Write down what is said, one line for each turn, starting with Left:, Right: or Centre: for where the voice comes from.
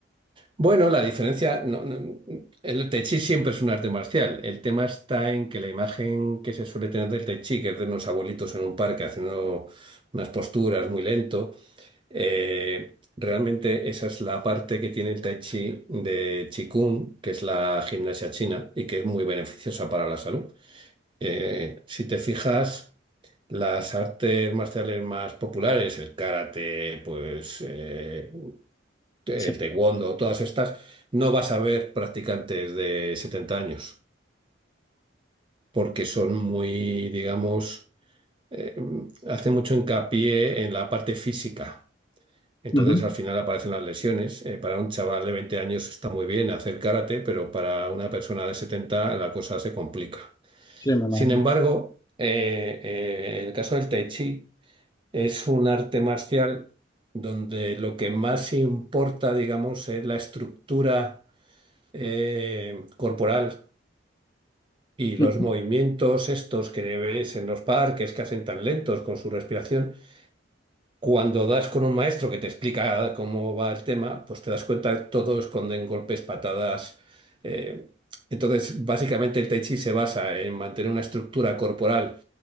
Right: Bueno, la diferencia, no- no- el Tai Chi siempre es un arte marcial. El tema está en que la imagen que se suele tener del Tai Chi, que es de unos abuelitos en un parque haciendo unas posturas muy lento, eh, realmente esa es la parte que tiene el Tai Chi de Qigong, que es la gimnasia china y que es muy beneficiosa para la salud. Eh, si te fijas, las artes marciales más populares, el karate, pues eh, el
Left: Sí,
Right: taekwondo, todas estas, no vas a ver practicantes de 70 años, porque son muy, digamos, eh, hacen mucho hincapié en la parte física. Entonces
Left: Ujú,
Right: al final aparecen las lesiones. Eh, para un chaval de 20 años está muy bien hacer karate, pero para una persona de 70 la cosa se complica.
Left: sí, me imagino.
Right: Sin embargo, eh, eh, en el caso del tai chi es un arte marcial donde lo que más importa, digamos, es la estructura eh, corporal y los
Left: Ujú.
Right: movimientos estos que ves en los parques que hacen tan lentos con su respiración, cuando das con un maestro que te explica cómo va el tema, pues te das cuenta que todo esconden golpes, patadas. eh, entonces, básicamente el Tai Chi se basa en mantener una estructura corporal